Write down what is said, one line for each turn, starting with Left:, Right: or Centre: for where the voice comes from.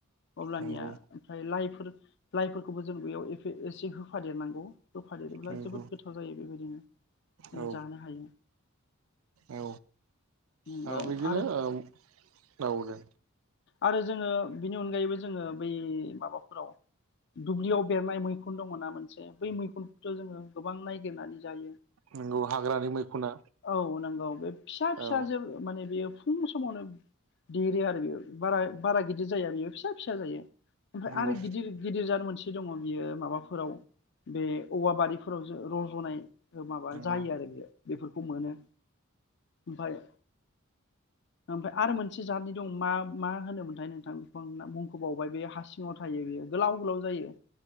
Left: अब्लानिया
Right: नंगौ
Left: ओमफ्राय लाइफोर लाइफोरखौबो जों बेयाव एफे एसे होफादेरनांगौ होफा देरोब्ला
Right: नंगौ
Left: जोबोद गोथाव जायो बेबायदिनो जों
Right: औ
Left: जानो हायो
Right: औ
Left: उम
Right: हो
Left: औ
Right: बिदिनो
Left: आरो
Right: ओम औ दे
Left: आरो जोङो बिनि अनगायैबो जोङो बै माबाफोराव दुब्लियाव बेरनाय मैखुन दङना मोनसे बै मैखुनखौथ' जोङो गोबां नायगिरनानै जायो
Right: नंगौ हाग्रानि मैखुना
Left: औ नंगौ बे फिसा फिसा
Right: औ
Left: जोब माने बेयो फुं समावनो देरो आरो बेयो बारा बारा गिदिर जाया बेयो फिसा फिसा जायो ओमफ्राय
Right: नंगौ
Left: आरो
Right: नंगौ
Left: गिदिर गिदिर जार मोनसे दङ बियो माबाफोराव बे औवा बारिफोराव जो रज'नाय माबा जायो
Right: औ
Left: आरो बेयो बेफोरखौ मोनो ओमफाय ओमफ्राय आरो मोनसे जातनि दं मा मा होनोमोनथाय नोंथां बेखौ आं मुंखबावबाय बे हा सिङाव थायो बेयो गोलाव गोलाव जायो